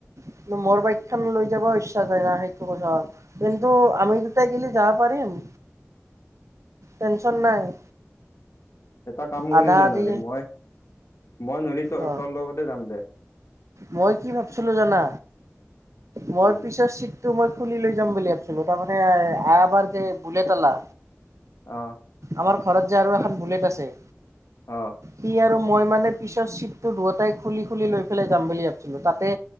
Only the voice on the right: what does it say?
কিন্তু মোৰ বাইক খান লৈ যাব ইচ্ছা যায় না সেইটো কথা। কিন্ত আমি দুটাই গেলে যাবা পাৰিম। টেনচন নাই।
আধা
আধি
অ
মই কি ভাবছিলো জানা মই
পিছত চিত টো মই খুলি লৈ যাম বুলি ভাবিছিলো তাৰমানে এবাৰ যে বুলট অলা
আমাৰ ঘৰত যে আৰু এখন বুলেট আছে
সি আৰু মই মানে পিছৰ চিটটো দুয়টাই খুলি খুলি লৈ পেলাই যাম বুলি ভাবিছিলো তাতে